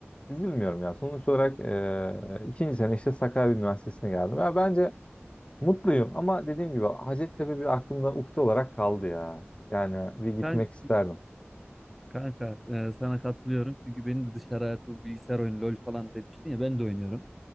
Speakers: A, on the left; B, in the centre.
A: Üzülmüyorum ya. Sonuç olarak e, ikinci sene işte Sakarya Üniversitesi'ne geldim. Ya bence Mutluyum ama dediğim gibi Hacettepe bir aklımda ukde olarak kaldı ya. Yani bir gitmek
B: Kan-
A: isterdim.
B: Kanka, e, sana katılıyorum çünkü benim de dışarı hayatı bu bilgisayar oyunu LoL falan demiştin ya ben de oynuyorum.